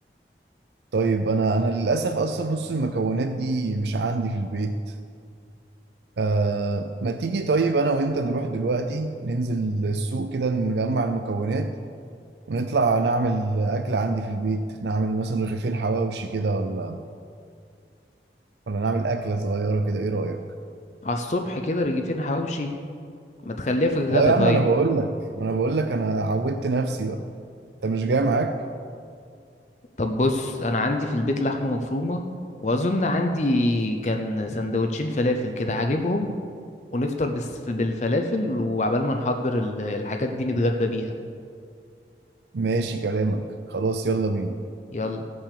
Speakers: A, on the right; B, on the left.
A: طيب انا انا للاسف اصلا نص المكونات دي مش عندي في البيت آه ما تيجي طيب انا وانت نروح دلوقتي ننزل السوق كده نجمع المكونات ونطلع نعمل اكل عندي في البيت نعمل مثلا رغيفين حواوشي كده ولا ولا نعمل اكله صغيره كده ايه رايك
B: على الصبح كده رغيفين حواوشي ما تخليها في الغدا
A: اه يا
B: طيب
A: عم انا بقول لك ما انا بقول لك انا عودت نفسي بقى انت مش جاي معاك
B: طب بص انا عندي في البيت لحمه مفرومه واظن عندي كان سندوتشين فلافل كده هجيبهم ونفطر بس بالفلافل وعبال ما نحضر ال- الحاجات دي نتغدى بيها
A: ماشي كلامك خلاص يلا بينا
B: يلا